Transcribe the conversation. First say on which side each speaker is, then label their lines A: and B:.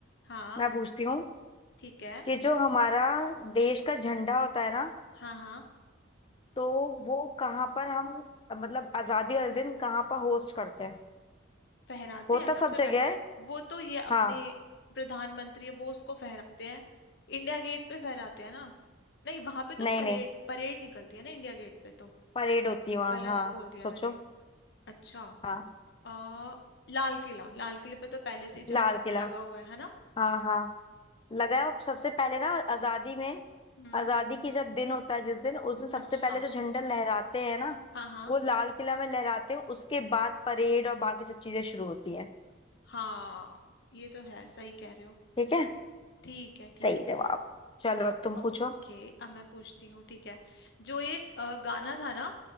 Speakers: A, on the left (about 55°); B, on the left (about 25°).
A: हाँ
B: मैं पूछती हूँ
A: ठीक है
B: कि जो हमारा देश का झंडा होता है ना
A: हाँ हाँ
B: तो वो कहाँ पर हम मतलब आजादी वाले दिन कहाँ पर होस्ट करते हैं
A: फहराते
B: होता
A: हैं सबसे
B: सब जगह
A: पहले
B: है
A: वो तो ये अपने
B: हाँ
A: प्रधानमंत्री है वो उसको फहराते हैं इंडिया गेट पे फहराते हैं ना नहीं वहां पे तो
B: नहीं
A: परेड
B: नहीं
A: परेड निकलती है ना इंडिया गेट पे तो
B: परेड होती है वहाँ
A: गलत
B: हाँ
A: बोल दिया
B: सोचो
A: मैंने अच्छा
B: हाँ
A: आ, लाल किला लाल किले पे तो पहले से ही
B: लाल
A: झंडा
B: किला
A: लगा हुआ है है ना
B: हाँ हाँ लगाया और सबसे पहले ना आजादी में
A: हम्म
B: आजादी की जब दिन होता है जिस दिन उस दिन सबसे
A: अच्छा
B: पहले जो झंडा लहराते हैं ना
A: हाँ हाँ
B: वो लाल किला में लहराते हैं उसके बाद परेड और बाकी सब चीजें शुरू होती हैं
A: हाँ ये तो है सही कह रहे हो
B: ठीक है
A: ठीक है ठीक
B: सही
A: है
B: जवाब चलो अब तुम
A: ओके
B: पूछो
A: अब मैं पूछती हूँ ठीक है जो ये अ, गाना था ना